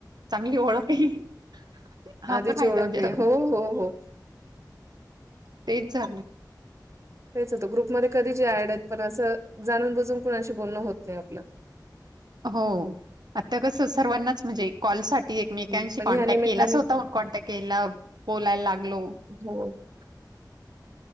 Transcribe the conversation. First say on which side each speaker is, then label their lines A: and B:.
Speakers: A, on the right; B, on the right.
A: चांगली ओळख आहे. हा
B: आधीची
A: पण फायदा
B: ओळख
A: म्हणजे
B: आहे हो हो.. हो..
A: तेच <inaudible>
B: तेच होतं, ग्रुपमध्ये कधी चे ऍड आहेत, जाणून बुजून कुणाशी बोलणं होत नाही आपलं
A: हो... आता कसं सर्वांनाच म्हणजे कॉलसाठी एकमेकांशी
B: हं. पण
A: कॉन्टॅक्ट
B: ह्या निमित्ताने
A: केलाच होता, पण कॉन्टॅक्ट केला बोलायला लागलो.
B: हो..
A: <inaudible>